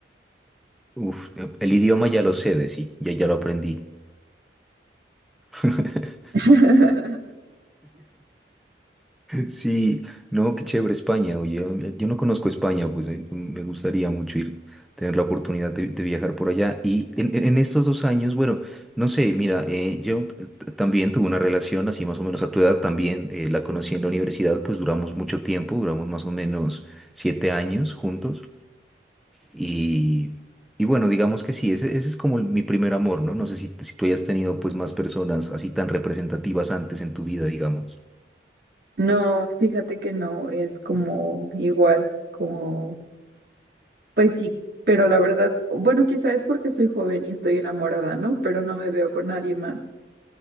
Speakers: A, in the centre; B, on the right (about 60°).
A: Uf, el idioma ya lo sé, de sí, ya, ya lo aprendí. <laughs>
B: <laughs>
A: Sí, no, qué chévere España, oye, yo yo no conozco España, pues eh, me gustaría mucho ir, tener la oportunidad de, de viajar por allá. Y en, en estos dos años, bueno, no sé, mira, eh, yo t- t- también tuve una relación así más o menos a tu edad, también eh, la conocí en la universidad, pues duramos mucho tiempo, duramos más o menos siete años juntos. Y, y bueno, digamos que sí, ese, ese es como el- mi primer amor, ¿no? No sé si, si tú hayas tenido pues más personas así tan representativas antes en tu vida, digamos.
B: No, fíjate que no, es como igual, como, pues sí, pero la verdad, bueno, quizá es porque soy joven y estoy enamorada, ¿no? Pero no me veo con nadie más.